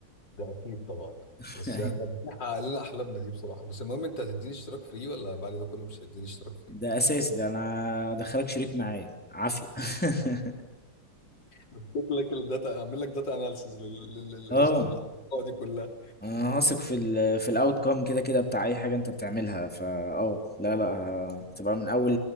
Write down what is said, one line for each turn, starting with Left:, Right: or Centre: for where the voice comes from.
Left: ده اكيد طبعا
Centre: <laughs>
Left: بس يعني ربنا حقق لنا احلامنا دي بصراحه بس المهم انت هتديني اشتراك فري ولا بعد ده كله مش هتديني اشتراك فري؟
Centre: ده اساسي ده انا دخلك شريك معايا عافيه <laughs>
Left: هديك لك الداتا اعمل لك داتا اناليسيز للحلقه
Centre: اه
Left: دي كلها
Centre: انا هثق في ال في الاوت كام كده كده بتاع اي حاجه انت بتعملها فا اه لا لا ه- هتبقى من اول